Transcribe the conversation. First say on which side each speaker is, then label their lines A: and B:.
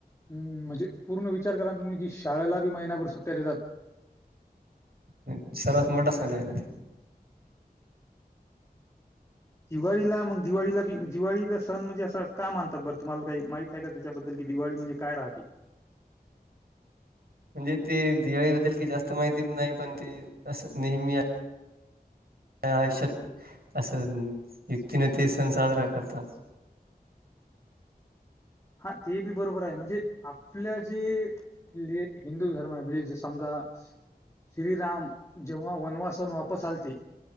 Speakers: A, on the left (about 20°); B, on the right (about 70°).
A: हम् म्हणजे पूर्ण विचार करा तुम्ही कि शाळेला बी महिनाभर सुट्ट्या देतात.
B: नाही सर्वात मोठा सन आहे ना ते.
A: दिवाळीला मग दिवाळीला बी दिवाळीला सण म्हणजे असं का मानतात बरं तुम्हाला काही माहि. का त्याच्याबद्दल की दिवाळी म्हणजे काय राहते.
B: म्हणजे ते दिवाळी बद्दल की जास्त माहिती पण नाही पण ते असं नेहमी. आयुष्यात असं युक्तीने ते सण साजरा करतात.
A: हा ते बी बरोबर आहे म्हणजे आपल्या जी. आपल्या हिंदू धर्म आहे मजे समजा. श्रीराम जेव्हा वनवासाून वापस आलते.